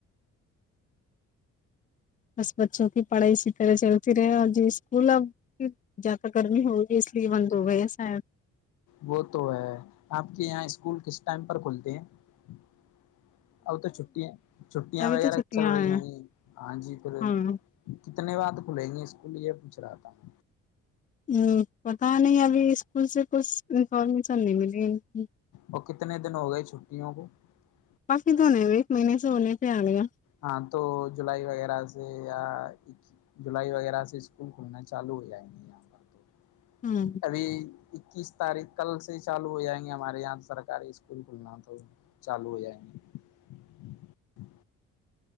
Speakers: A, on the left; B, on the left.
A: بس بچوں کی <unintelligible> پڑائی ست ہے س جی <unintelligible> اسکول اب زیادہ گرمی ہوگی اس لیے بند ہو گیا شاید <unintelligible>
B: وہ تو ہے آپ کے یہاں اسکول کس ٹائم پر کھلتی ہیں <unintelligible> اب تو چھٹیاں چھٹیاں
A: ابھی
B: وغیرہ
A: تو چھٹیاں
B: چل رہی
A: ہیں
B: ہوں گی ہاں جی پھر
A: ہاں
B: <unintelligible> کتنے بعد کھلیں گے اسکول یہ پوچھ رہا تھا <unintelligible>
A: ہ پتا نہیں ابھی اسکول سے کچھ <unintelligible> س میںس نہیں ملی گ <unintelligible>
B: اور کتنے دن ہو گئے چھٹیوں کو <unintelligible>
A: کاافی تو نہیں ایک مہینے سے ہونے سے آ ل گیا <unintelligible>
B: ہاں تو جولائی وغیرہ سے یا جولائی وغیرہ سے اسکول کھلنا چالو ہو جائے گے یہاں پر تو <unintelligible>
A: ہاں
B: ابھی <unintelligible> اکیس تاریخ کل سے ہی چالو ہو جائیں گے ہمارے یہاں سرکاری اسکول کھلنا تو چالو ہو جائیں گے <unintelligible>